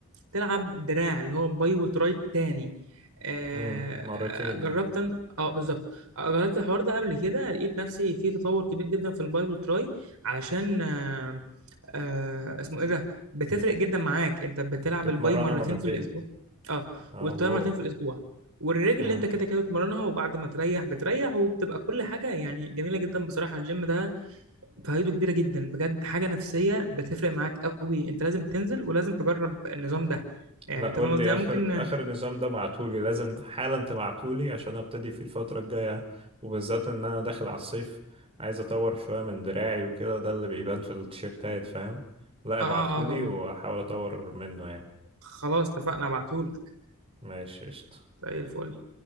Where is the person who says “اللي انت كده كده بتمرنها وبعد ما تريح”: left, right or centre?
Right